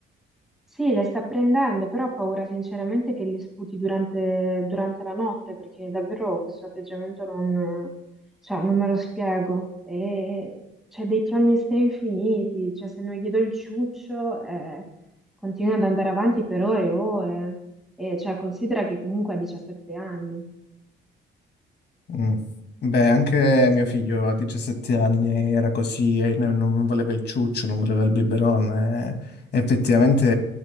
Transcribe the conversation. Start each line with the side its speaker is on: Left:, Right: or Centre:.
Centre: Sì, le sta prendendo, però ho paura sinceramente che le sputi durante, durante la notte, perché davvero questo atteggiamento non, cioè, non me lo spiego. E c'è dei piani ste infiniti, cioè se non gli do il ciuccio, eh, continua ad andare avanti per ore e ore. E cioè, considera che comunque ha 17 anni,
Left: Mm. Beh, anche mio figlio a 17 anni era così, e non non voleva il ciuccio, non voleva il biberon. eh. Effettivamente